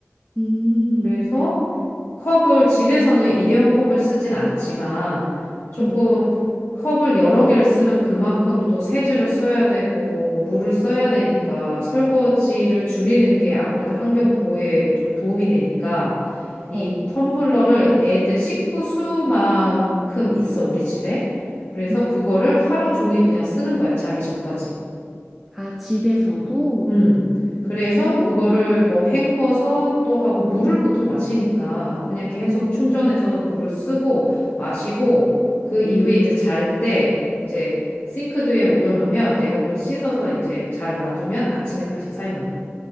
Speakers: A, in the centre; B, on the left.
A: 음,
B: 그래서 컵을 집에서는 일회용 컵을 쓰진 않지만 조금
A: 음,
B: 음. 컵을 여러 개를 쓰면 그만큼 또 세제를 써야 되고 물을 써야 되니까 설거지를 줄이는 게 아무래도 환경 보호에 좀 도움이 되니까 이
A: 어,
B: 텀블러를 애들 식구 수만큼 있어 우리 집에. 그래서
A: 음.
B: 그거를 하루 종일 그냥 쓰는 거야 자기 전까지.
A: 아, 집에서도?
B: 음. 그래서
A: 오,
B: 그거를 뭐 헹궈서 또 하고 물을 보통 마시니까 그냥 계속
A: 음,
B: 충전해서 물을 쓰고 마시고 그 이후에
A: 음,
B: 이제 잘 때 이제 싱크대 위에 올려놓으면 내가 그걸 씻어서 이제 잘 놔두면 아침에 다시 사용해.